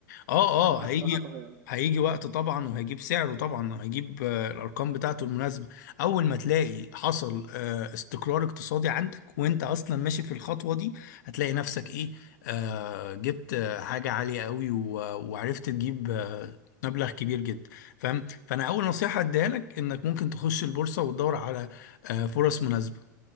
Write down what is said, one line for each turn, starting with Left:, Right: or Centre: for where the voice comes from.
Left: اه اه هيجي
Right: عارف ان هو حبه هيعلى
Left: هيجي وقت طبعا وهيجيب سعره طبعا هيجيب آه، الارقام بتاعته المناسبه اول ما تلاقي حصل آه، استقرار اقتصادي عندك وانت اصلا ماشي في الخطوه دي هتلاقي نفسك ايه آه جبت آه، حاجه عاليه قوي و- وعرفت تجيب آه، مبلغ كبير جدا فاهم فانا اول نصيحه اديها لك انك ممكن تخش البورصه وتدور على آه، فرص مناسبه